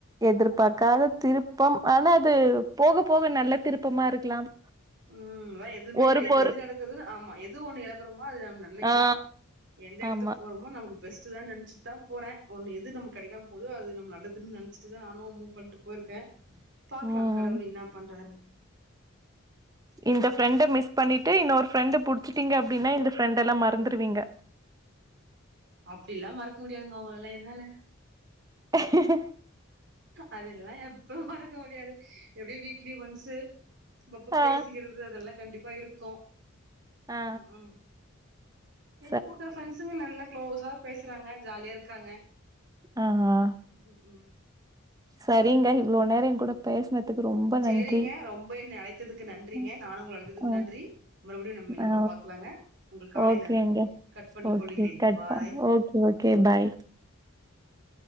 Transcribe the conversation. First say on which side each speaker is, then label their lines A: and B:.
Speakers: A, on the right; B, on the right.
A: எதிர்பாக்காத திருப்பம் ஆனா அது போக போக நல்ல திருப்பமா இருக்கலாம்
B: ம் அதா எதுமே
A: ஒரு
B: நை எது
A: பொரு
B: எது நடக்குதுன்னு ஆமா எது ஒன்னு எழக்குறோமோ அது நம்ம நன்மைக்குதா
A: ஆ
B: எந்த எடத்துக்கு
A: ஆமா
B: போறமோ நமக்கு பெஸ் <unintelligible> நெனச்சிட்டுதா போறே ஒன்னு எது நமக்கு கெடைக்காம போதோ அது நம்ம நல்லதுன்னு நெனச்சிட்டுதா நானு மூவ் பண்ட்டு போயிருக்கே பாக்கலா
A: ம்
B: கடவுள் என்ன பண்றாருன்னு
A: இந்த ஃப்ரெண்ட மிஸ் பண்ணிட்டு இன்னொரு ஃப்ரெண்டு புடிச்சிட்டிங்க அப்டின்னா இந்த ஃப்ரெண்டெல்லா மறந்துருவீங்க
B: அப்டில்லா மறக்க முடியாதுங்க ஒங்கலல்லா என்னால
A: <unintelligible>
B: அதெல்லா எப்பவு மறக்க முடியாது எப்டியு வீக்லி ஒன்ஸ் அப்பபோ
A: ஆ
B: பேசிக்கிறது அதெல்லா கண்டிப்பா இருக்கு
A: ஆ
B: ம் ம்
A: ஆ
B: இப்போ இருக்கிற ஃப்ரெண்ட்ஸுங்க நல்லா க்ளோஸா பேசுறாங்க ஜாலியா இருக்காங்க
A: ஆ ஆ
B: ம் ம்
A: சரிங்க இவ்ளோ நேரோ எங்கூட பேசினதுக்கு ரொம்ப
B: சரிங்க
A: நன்றி
B: ரொம்ப என்னய அழைத்ததுக்கு நன்றிங்க
A: ம்.
B: நானு உங்கள அழைத்ததுக்கு
A: ஆ
B: நன்றி மறுபடியு நம்ம நம்ப
A: ஆ
B: பாக்லாங்க உங்கள் காலை
A: ஓகேங்க
B: நா கட் பண்ணி
A: ஓகே
B: கொள்ளுகிறேன்
A: கட்
B: பாய்
A: பண் ஓகே ஓகே பாய்